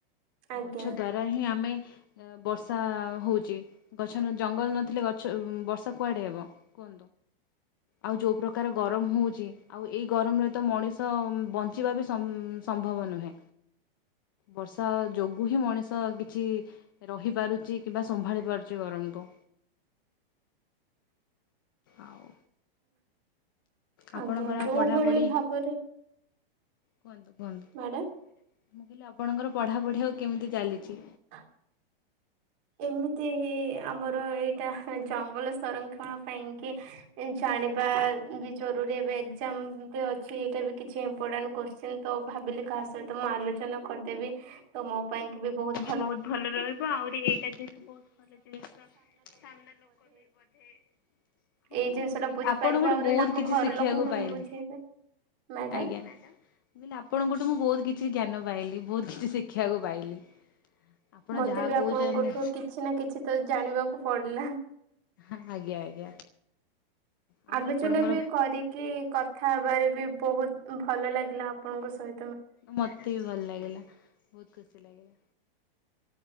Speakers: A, on the right; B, on the left.
A: ଆଜ୍ଞା
B: ଗଛ ଦ୍ଵାରା ହିଁ ଆମେ ବର୍ଷା ହଉଛି ଗଛ ଜଙ୍ଗଲ ନଥିଲେ ଗଛ ବର୍ଷା କୁଆଡେ ହେବ କୁହ ଆଉ ଯଉ ପ୍ରକାର ଗରମ ହଉଛି ଆଉ ଏଇ ଗରମରେ ତ ମଣିଷ ବଞ୍ଚିବା ବି ସମ ସମ୍ଭବ ନୁହେଁ ବର୍ଷା ଯୋଗୁ ହିଁ ମଣିଷ କିଛି ରହିପାରୁଛି କିମ୍ବା ସମ୍ଭାଳି ପାରୁଚି ଗରମ କୁ। ଆଉ ଆପଣଙ୍କର
A: ଆଜ୍ଞା ଯୋଉ
B: ଆଉ ପଢ଼ାପଢ଼ି
A: ଭଳି ଭାବରେ
B: କୁହନ୍ତୁ କୁହନ୍ତୁ
A: ମ୍ୟାଡାମ
B: ମୁଁ କହିଲି ଆପଣଙ୍କର ପଢ଼ାପଢ଼ି ଆଉ କେମିତି ଚାଲିଛି?
A: ହେ ଏମିତି ଆମର ଏଇଟା ଜଙ୍ଗଲ ସଂରକ୍ଷଣ ପାଇଁ କି ଏଇ ଜାଣି ବା ବି ଜରୁରୀ ଏବେ ଏକ୍ଜାମ ବି ଅଛି ଏଇଟା ବି କିଛି ଇମ୍ପୋର୍ଟାଣ୍ଟ କୋଶ୍ଚେନ୍ ତ ଭାବିଲି କାହା ସହ ମୁଁ ଆଲୋଚନା କରିଦେବି। ତ ମୋ ପାଇଁ କି ବି ବୋହୁତ୍
B: ବୋହୁତ୍ ଭଲ ରହିବ ଆହୁରି <unintelligible> ସାମ୍ନା ଲୋକ ବି ବୋଧେ ହଁ
A: ଏଇ ଜିନିଷ
B: ମୁଁ
A: ଟା ବୁଝିପାରିବେ
B: ଆପଣଙ୍କ ଠୁ
A: ଆହୁରି
B: ବୋହୁତ
A: ତାଙ୍କ
B: କିଛି
A: ଘର
B: ଶିଖି
A: ଲୋକଙ୍କୁ
B: ବାକୁ ପାଇଲି।
A: ବି ବୁଝେଇବେ ମ୍ୟାଡାମ
B: ଆଜ୍ଞା ମ୍ୟାଡାମ୍ ମୁଁ କହିଲି ଆପଣଙ୍କ ଠୁ ମୁଁ ବୋ ବହୁତ କିଛି ଜ୍ଞାନ ପାଇଲି ବୋହୁତ କିଛି ଶିଖି ବାକୁ ପାଇଲି ଆପଣ
A: ମତେ
B: ଯାହା
A: ବି
B: କହୁଛନ୍ତି
A: ଆପଣଙ୍କ ଠୁ କିଛି ନା କିଛି ତ ଜାଣି ବାକୁ ପଡିଲା।
B: ଆଜ୍ଞା ଆଜ୍ଞା ଆଉ
A: ଆଲୋଚନା
B: ଆପଣଙ୍କର
A: ବି କରିକି କଥା ହେବାରେ ବି ବୋହୁତ୍ ଭଲ ଲାଗିଲା ଆପଣଙ୍କ ସ
B: ମତେ ବି ଭଲ ଲାଗିଲା ବହୁତ ଖୁସି ଲାଗିଲା